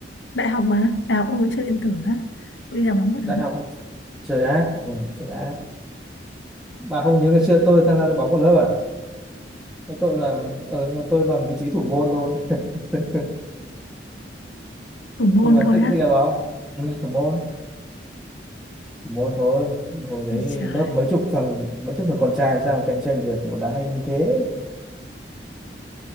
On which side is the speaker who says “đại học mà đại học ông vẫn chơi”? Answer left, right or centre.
Left